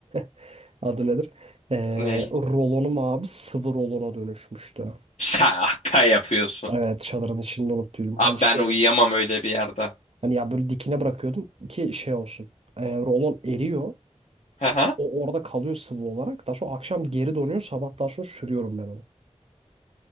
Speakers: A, on the right; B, on the left.
A: <laughs> Adı nedir? Ee,
B: Ney?
A: rolonum abi sıvı rolona dönüşmüştü.
B: Şaka yapıyorsun.
A: Evet çadırın içinde unuttuydum.
B: Abi
A: Hani şey
B: ben uyuyamam öyle bir yerde.
A: Hani ya böyle dikine bırakıyordum ki şey olsun. E, rolon eriyor.
B: Hı hı.
A: O orada kalıyor sıvı olarak. Daha sonra akşam geri donuyor. Sabah daha sonra sürüyorum ben onu.